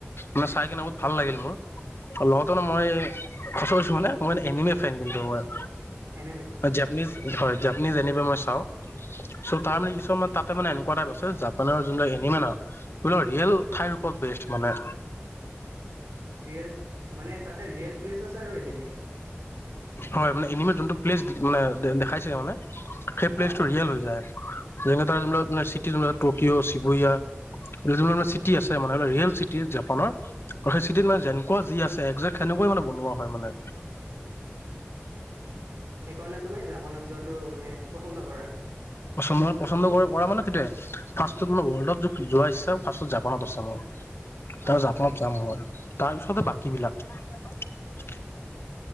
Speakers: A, on the left (about 60°); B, on the right (about 75°).
A: মানে চাই কিনে বহুত ভাল লাগিল মোৰ। লগতে ন মই সঁচা কৈছো মানে মই এনিমেল ফেন কিন্তু মই।
B: এনেমি
A: জাপানিজ হয় জাপানিজ এনিমেন মই চাওঁ। চ' তাৰমানে কিছুমান তাতে মানে এনেকুৱা টাইপ আছে জাপানৰ যোনবিলাক এনিমেন আৰু সেইবিলাক ৰিয়েল ঠাইৰ ওপৰত বেষ্ট মানে।
B: ৰিয়েল মানে তাতে ৰিয়েল প্লেচ আছে আৰু এনিমেত।
A: হয় মানে এনিমেত যোনটো প্লেচ মানে দেখাইছে মানে সেই প্লেচটো
B: অ
A: ৰিয়েল হৈ যায়। যেনে তাৰ যোনবিলাক মানে চিটি টকিঅ' চবয়া। যাবিলাক চিটি আছে মানে ৰিয়েল চিটি জাপানৰ আৰু সেই চিটিত মানে যেনেকুৱা আছে একজেক্ট সেনেকুৱা কৈ মানে বনোৱা হয় মানে।
B: সেইকাৰণে তুমি জাপানত যোৱাটো মানে পচন্দ কৰা আৰু।
A: পচন্দ মানে পচন্দ কৰে কৰা মানে সেইটোয়ে। ফাৰ্ষ্টত মানে ৱৰ্ল্ডত যোৱা ইচ্ছা ফাৰ্ষ্টত জাপানত আছে মোৰ। তাৰছ
B: অ।
A: জাপনত যাম ম তাৰপিছতে বাকী বিলাক